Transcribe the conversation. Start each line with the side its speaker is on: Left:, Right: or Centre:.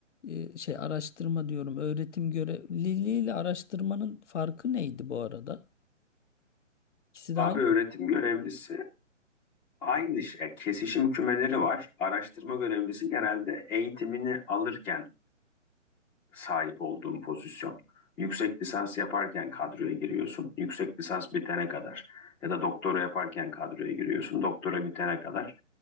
Left: e, şey araştırma diyorum öğretim görevliliği ile araştırmanın farkı neydi bu arada? İkisi
Centre: abi
Left: de aynı.
Centre: öğretim görevlisi aynı şey. Kesişim kümeleri var. Araştırma görevlisi genelde eğitimini alırken sahip olduğun pozisyon. Yüksek lisans yaparken kadroya giriyorsun. Yüksek lisans bitene kadar ya da doktora yaparken kadroya giriyorsun. Doktora bitene kadar.